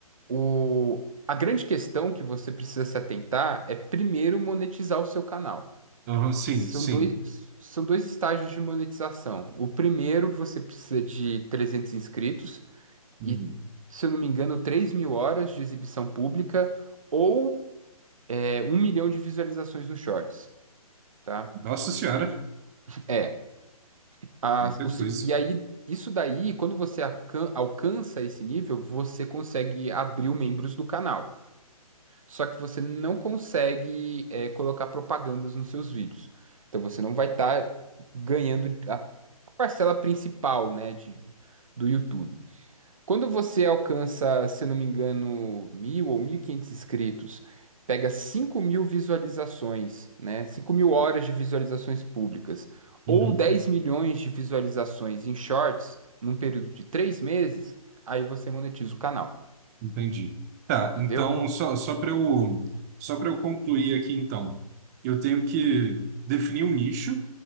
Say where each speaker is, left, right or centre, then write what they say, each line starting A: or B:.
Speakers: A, on the right; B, on the right.
A: o... a grande questão que você precisa se atentar é primeiro monetizar o seu canal.
B: Aham, sim,
A: São
B: sim.
A: dois, são dois estágios de monetização. O primeiro, você precisa de 300 inscritos.
B: Hum.
A: e, se eu não me engano, três mil horas de exibição pública ou é, 1 milhão de visualizações nos shorts, tá?
B: Nossa Senhora,
A: É. as-
B: muita
A: o seg-
B: coisa.
A: e aí, isso daí, quando você alcan- alcança esse nível, você consegue abrir os membros do canal. Só que você não consegue é, colocar propagandas nos seus vídeos. Então você não vai estar ganhando a parcela principal, né, de, do YouTube. Quando você alcança, se eu não me engano, mil ou 1.500 inscritos, pega cinco mil visualizações, né? cinco mil horas de visualizações públicas,
B: Uhum.
A: ou 10 milhões de visualizações em shorts, num período de 3 meses, aí você monetiza o canal,
B: Entendi. Tá,
A: entendeu?
B: então, só, só para eu, só para eu concluir aqui, então, eu tenho que definir um nicho,